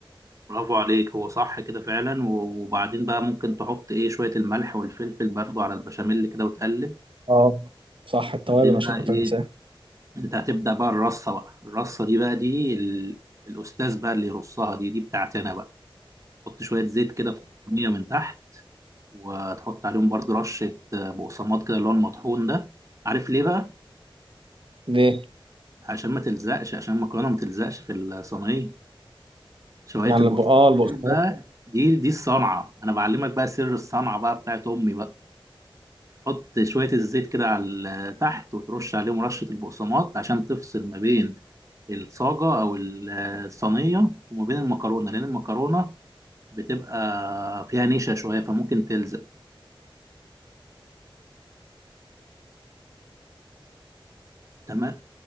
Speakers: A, on the right; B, on the right.
A: برافو عليك هو صح كده فعلا و- وبعدين بقى ممكن تحط ايه شوية الملح والفلفل برضو على البشاميل كده وتقلب
B: اه صح
A: وبعدين
B: التوابل عشان
A: بقى
B: كنت
A: ايه
B: أنساه
A: انت هتبدأ بقى الرصة بقى الرصة دي بقى دي ال... الأستاذ بقى اللي يرصها دي دي بتاعتنا بقى تحط شوية زيت كده في الصينية من تحت وتحط عليهم برضو رشة آه، بقسماط كده اللي هو المطحون ده عارف ليه بقى
B: ليه؟
A: عشان ما تلزقش عشان المكرونة ما تلزقش في الصينية شوية
B: يعني
A: البطاطا
B: الب... آه البقسماط
A: دي بقى دي دي الصنعة أنا بعلمك بقى سر الصنعة بقى بتاعت أمي بقى حط شوية الزيت كده على ال- تحت وترش عليهم رشة البقسماط عشان تفصل ما بين الصاجة أو ال- الصينية وما بين المكرونة لأن المكرونة بتبقى فيها نشا شوية فممكن تلزق تمام